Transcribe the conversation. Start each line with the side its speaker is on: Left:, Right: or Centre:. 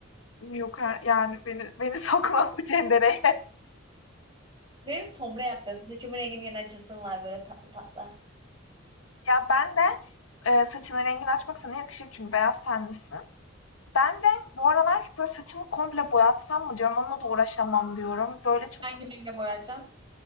Left: Yok ha- yani beni beni <laughs> sokma bu cendereye.
Right: Benim sombre yaptım. Saçımın rengini yeni açasım var böyle tatlı tatlı.
Left: Ya ben de e, saçının rengini açmak sana yakışır çünkü beyaz tenlisin. Ben de bu aralar böyle saçımı komple boyatsam mı diyorum onunla da uğraşamam diyorum. Böyle çok
Right: Hangi renge boyayacaksın?